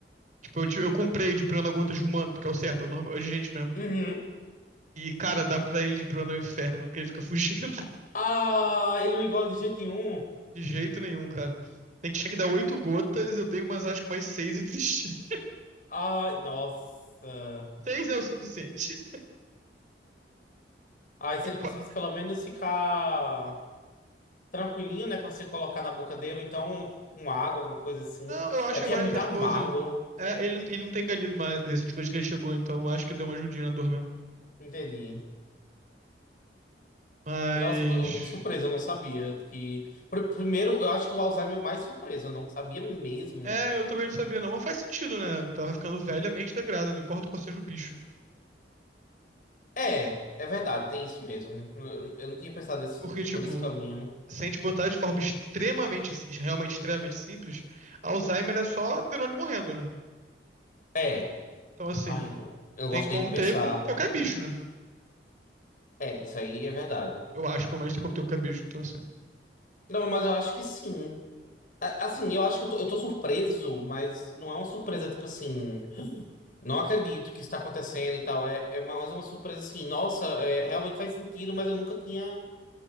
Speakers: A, on the right; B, on the left.
A: Tipo, eu, ti- eu comprei de piranha-gota de humano, porque é o certo, é o normal, é de gente mesmo.
B: Uhum.
A: E, cara, dá pra ele de piranha no inferno, porque ele fica <laughs> fugindo.
B: Ah, ele não engole de jeito nenhum.
A: De jeito nenhum, cara. Tem que tinha que dar oito gotas, eu dei umas, acho que mais seis e desisti. <laughs>
B: Ai, nossa.
A: Seis é o suficiente.
B: Aí se
A: É
B: ele conseguisse
A: qua-
B: pelo menos ficar tranquilinho, né, pra você colocar na boca dele, ou então tipo, com água, alguma coisa assim.
A: Não, eu acho
B: É
A: que
B: porque
A: agora
B: é muito
A: ele tá
B: amargo,
A: de boas. Ele... É, ele, não- ele não tem ganido mais esse tipo de que ele chegou, então acho que deu uma ajudinha na dor mesmo.
B: entendi.
A: Mas.
B: Nossa, eu tô muito surpreso, eu não sabia que... Pr- Primeiro, eu acho que o Alzheimer é o mais surpreso, eu não sabia mesmo.
A: É, eu também não sabia, não. Mas faz sentido, né? Vai ficando velha, a mente degrada, não importa qual seja o bicho.
B: É, é verdade, tem isso mesmo. Eu, eu não tinha pensado esse-
A: Porque, tipo,
B: por esse caminho.
A: se a gente botar de forma extremamente, realmente extremamente simples, Alzheimer é só neurônio morrendo, né?
B: É,
A: Então, assim,
B: ai, não, eu não
A: tem
B: gosto
A: como
B: nem de pensar.
A: ter com qualquer bicho, né?
B: É, isso aí é verdade.
A: Eu acho, pelo menos, tem como ter o cabicho, então assim.
B: Não, mas eu acho que sim. A- Assim, eu acho que eu tô, eu tô surpreso, mas não é uma surpresa, tipo assim, não acredito que isso tá acontecendo e tal. É, é mais uma surpresa assim, nossa, é, realmente faz sentido, mas eu nunca tinha.